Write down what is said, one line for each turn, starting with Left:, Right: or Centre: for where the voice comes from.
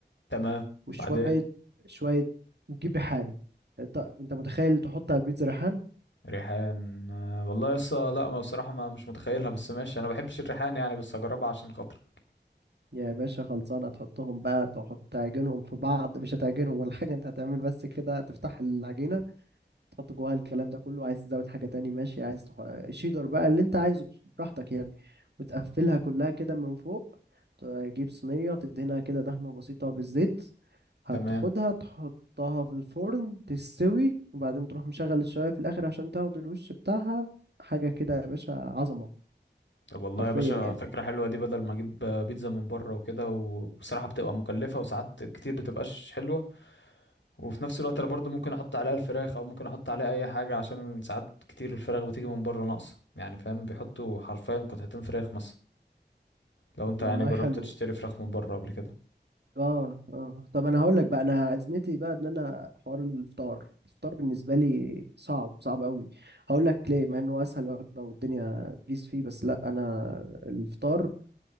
Left: تمام
Right: وشوية
Left: بعدين
Right: شوية وتجيب ريحان أنت أنت متخيل تحط على البيتزا ريحان
Left: ريحان آه، والله يا اسطى لا ما بصراحه ما مش متخيلها بس ماشي انا ما بحبش الريحان يعني بس هجربها عشان خاطرك
Right: يا باشا خلصانة تحطهم بقى تحط تعجنهم في بعض مش هتعجنهم ولا حاجة أنت هتعمل بس كده تفتح العجينة تحط جواها الكلام ده كله عايز تزود حاجة تاني ماشي عايز تح... شيدر بقى اللي انت عايزه براحتك يعني وتقفلها كلها كده من فوق تجيب صينية تدهنها كده دهنة بسيطة بالزيت هتاخدها
Left: تمام
Right: تحطها في الفرن تستوي وبعدين تروح مشغل الشواية في الآخر عشان تاخد الوش بتاعها حاجة كده يا باشا عظمة
Left: طب والله
Right: حرفيا
Left: يا باشا
Right: يعني
Left: فكره حلوه دي بدل ما اجيب آه، بيتزا من بره وكده وبصراحه بتبقى مكلفه وساعات كتير بتبقاش حلوه وفي نفس الوقت انا برضو ممكن احط عليها الفراخ او ممكن احط عليها اي حاجه عشان ساعات كتير الفراخ بتيجي من بره ناقصه يعني فاهم بيحطوا حرفيا قطعتين فراخ مثلا لو انت
Right: والله
Left: يعني جربت
Right: حلو
Left: تشتري فراخ من بره قبل
Right: اه اه طب انا هقول لك بقى انا ازمتي بقى ان انا حوار الفطار الفطار بالنسبه لي صعب صعب قوي هقول لك ليه مع انه اسهل وجبه والدنيا بيس فيه بس لا انا الفطار